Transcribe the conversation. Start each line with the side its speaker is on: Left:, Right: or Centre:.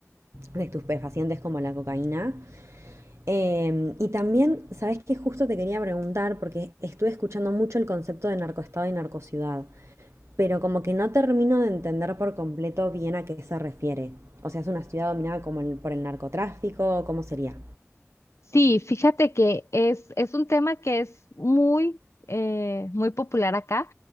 Right: de estupefacientes como la cocaína. Eh, y también, ¿sabes qué? Justo te quería preguntar, porque estuve escuchando mucho el concepto de narcoestado y narcociudad. pero como que no termino de entender por completo bien a qué se refiere. O sea, es una ciudad dominada como el- por el narcotráfico, ¿cómo sería?
Left: Sí, fíjate que es, es un tema que es muy, eh, muy popular acá